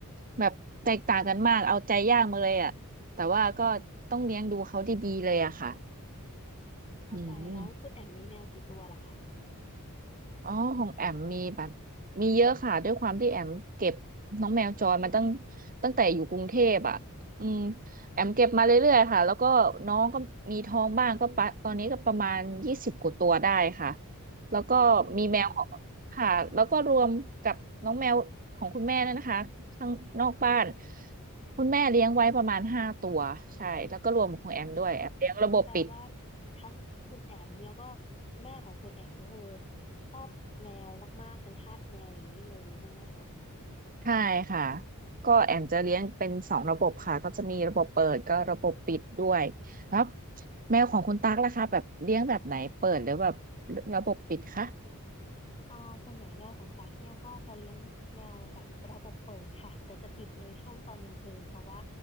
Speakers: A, on the right (about 40°); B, on the left (about 25°).
A: แบบแตกต่างกันมากเอาใจยากมาเลยอ่ะแต่ว่าก็ต้องเลี้ยงดูเขาดีๆเลยอะค่ะ
B: เข้าใจแล้วคุณแอมมีแมวกี่ตัวเหรอคะ
A: อืม อ๋อของแอมมีแบบมีเยอะค่ะ ด้วยความที่แอมเก็บน้องแมวจรมาตั้งตั้งแต่อยู่กรุงเทพอ่ะอืมแอมเก็บมาเรื่อยๆค่ะ แล้วก็น้องก็มีท้องบ้างก็ปะตอนนี้ก็ประมาณยี่สิบกว่าตัวได้ค่ะ แล้วก็มีแมวของค่ะ
B: อืม
A: แล้วก็รวมกับน้องแมวของคุณแม่นั่นนะคะข้างนอกบ้านคุณแม่เลี้ยงไว้ประมาณห้าตัวใช่แล้วก็รวมของแอมด้วยแอมเลี้ยงระบบปิด
B: อ๋อมีแปลว่าทั้งคุณแอมแล้วก็แม่ของคุณแอมก็คือชอบแมวมากๆเป็นทาสแมวอย่างนี้เลยใช่ไหมคะ
A: ใช่ค่ะก็แอมจะเลี้ยงเป็นสองระบบค่ะก็จะมีระบบเปิดก็ระบบปิดด้วยแล้วแมวของคุณตั๊กล่ะคะแบบเลี้ยงแบบไหนเปิดหรือแบบระบบปิดคะ
B: อ่าส่วนใหญ่แมวของตั๊กเนี่ยก็จะเลี้ยงแมวแบบระบบเปิดค่ะแต่จะปิดในช่วงตอนกลางคืนเพราะว่า